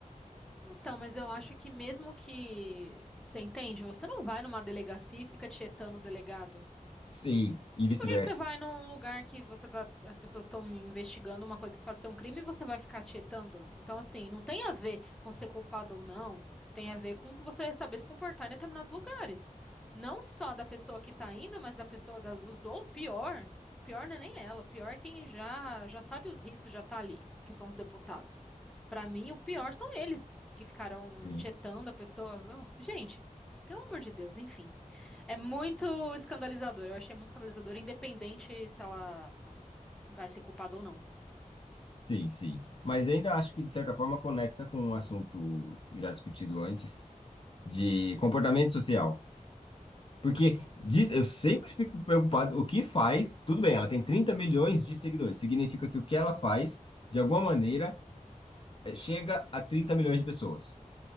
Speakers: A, in the centre; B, on the left (about 40°).
A: Então, mas eu acho que mesmo que você entende, você não vai numa delegacia e fica tietando o delegado.
B: sim, e
A: E
B: vice-versa.
A: por que que você vai num lugar que você tá, as pessoas estão investigando uma coisa que pode ser um crime e você vai ficar tietando? Então, assim, não tem a ver com ser culpado ou não, tem a ver com você saber se comportar em determinados lugares. Não só da pessoa que tá indo, mas da pessoa da, dos, ou pior, o pior não é nem ela, o pior é quem já, já sabe os ritos, já tá ali, que são os deputados. Para mim, o pior são eles que ficaram
B: Sim.
A: tietando a pessoa. Oh, gente, pelo amor de Deus, enfim. É muito escandalizador. Eu achei muito escandalizador, independente se ela vai ser culpada ou não.
B: Sim, sim. Mas ainda acho que, de certa forma, conecta com um assunto já discutido antes, de comportamento social. Porque de- eu sempre fico preocupado, o que faz, tudo bem, ela tem 30 milhões de seguidores, significa que o que ela faz, de alguma maneira, eh, chega a 30 milhões de pessoas.